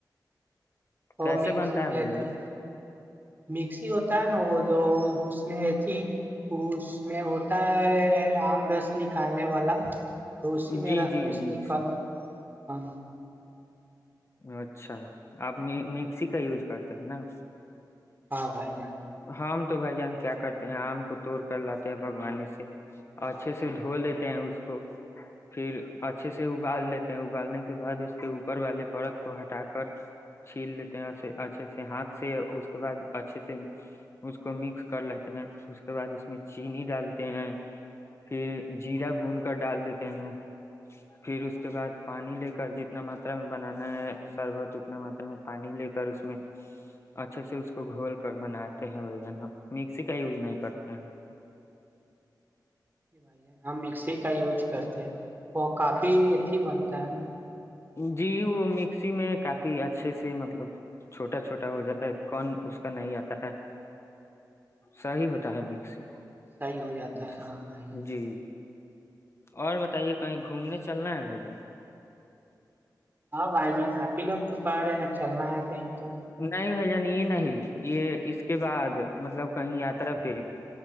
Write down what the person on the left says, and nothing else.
کیسے
بنتا ہے
بھائی جان
جی
جی
مکسی
اچھا آپ مکسی کا یوز کرتے ہیں نا
ہم تو بھائی جان کیا کرتے ہیں آم کو توڑ کر لاتے ہیں بگوانی سے اچھے سے دھو لیتے ہیں اس کو پھر اچھے سے ابال لیتے ہیں ابالنے کے ب اس کے اوپر والے پرت کو ہٹا کر چھیل لیتے ہیں اچھے سے ہاتھ سے اس کے بعد اچھے سے اس کو مکس کر لیتے ہیں اس کے بعد اس میں چینی ڈالتے ہیں پھر جیرا بھون کر ڈال دیتے ہیں پھر اس کے بعد پانی لے جتنا ماترا میں بنانا ہے شربت اتنا ماتا میں پانی لے کر اس میں اچھے سے اس کو گھول کر بناتے ہیں بھن ہم مکسی کا یوز نہیں کرتے ہیں
جی وہ مکسی میں کافی اچھے سے مطلب چھوٹا چھوٹا ہو جاتا ہے کون اس کا نہیں آتا ہے صیح ہوتا ہے مکسی
سے
جی اور بتائیے کہیں گھومنے چلنا ہے بھائی ج
نہیں بائی جان یہ نہیں یہ اس کے بعد مطلب کہیں یاترا پہ